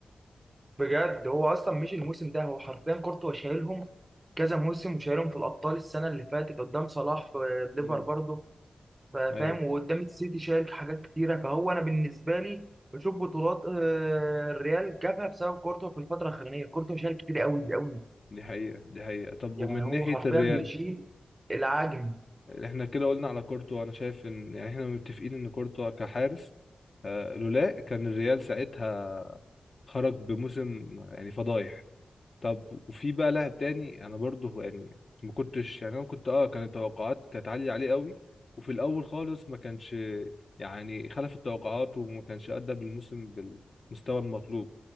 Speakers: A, on the right; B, on the left.
A: بجد هو اصلا مش الموسم ده هو حرفيا كورتوا شايلهم كذا موسم وشايلهم في الابطال السنه اللي فاتت قدام صلاح في ليفر
B: امم
A: برضه فا-
B: ايوه
A: فاهم وقدام السيتي شايل حاجات كتيره فهو انا بالنسبه لي بشوف بطولات آه، الريال جابها بسبب كورتو في الفتره الاخرانيه كورتو شايل كتير قوي قوي
B: دي حقيقة دي حقيقة طب
A: يعني
B: ومن
A: هو
B: ناحية
A: حرفيا
B: الريال
A: بيشيل العجم
B: احنا كده قلنا على كورتوا انا شايف ان يعني احنا متفقين ان كورتوا كحارس آه، لولا كان الريال ساعتها خرج بموسم يعني فضايح طب وفي بقى لاعب تاني انا برضه يعني ما كنتش يعني انا كنت اه كانت التوقعات كانت عالية عليه قوي وفي الاول خالص ما كانش يعني خلف التوقعات وما كانش ادى بالموسم بالمستوى المطلوب